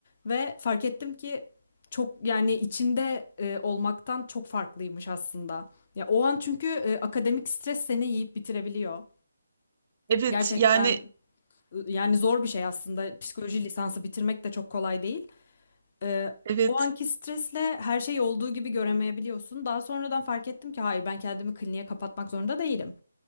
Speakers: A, on the left (about 40°); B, on the right (about 35°).
A: ve fark ettim ki çok yani içinde e, olmaktan çok farklıymış aslında. Ya o an çünkü e, akademik stres seni yiyip bitirebiliyor.
B: Evet
A: Gerçekten
B: yani
A: e, yani zor bir şey aslında. Psikoloji lisansı bitirmek de çok kolay değil. Ee,
B: <laughs>
A: o anki
B: evet.
A: stresle her şey olduğu gibi göremeyebiliyorsun. Daha sonradan fark ettim ki hayır ben kendimi kliniğe kapatmak zorunda değilim.